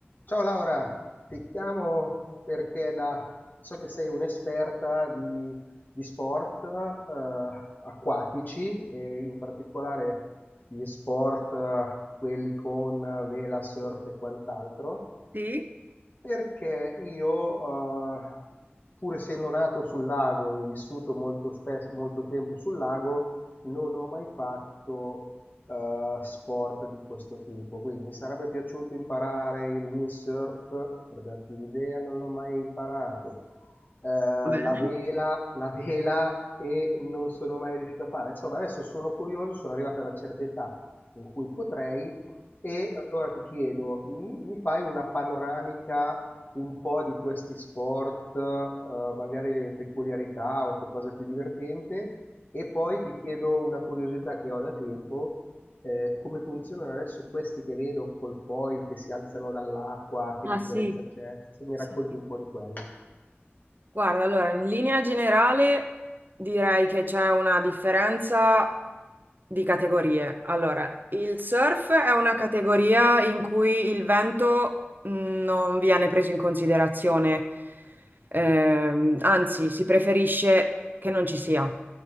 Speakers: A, on the left (about 45°); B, on the right (about 50°).
A: Ciao Laura, ti chiamo perché da, so che sei un'esperta di, di sport eh, acquatici, e in particolare gli sport eh, quelli con vela, surf e quant'altro,
B: Sì,
A: perché io, uhm, pur essendo nato sul lago e vissuto molto spes molto tempo sul lago, non ho mai fatto, uhm, sport di questo tipo. Quindi mi sarebbe piaciuto imparare il windsurf, per darti un'idea, non l'ho mai imparato. Uhm,
B: Va bene?
A: la vela la vela e non sono mai riuscito a fare. Insomma, adesso sono curioso, sono arrivato a una certa età in cui potrei, e allora ti chiedo, mi, mi fai una panoramica un po' di questi sport, eh, magari le peculiarità o che cosa è più divertente? E poi ti chiedo una curiosità che ho da tempo, eh, come funzionano adesso questi che vedo col foil che si alzano dall'acqua, che
B: ah
A: differenza
B: sì.
A: c'è? Se mi
B: Sì,
A: racconti
B: sì.
A: un po' di quello.
B: Guarda, allora, in linea generale direi che c'è una differenza di categorie. Allora, il surf è una categoria in cui il vento non viene preso in considerazione, Ehm, anzi, si preferisce che non ci sia.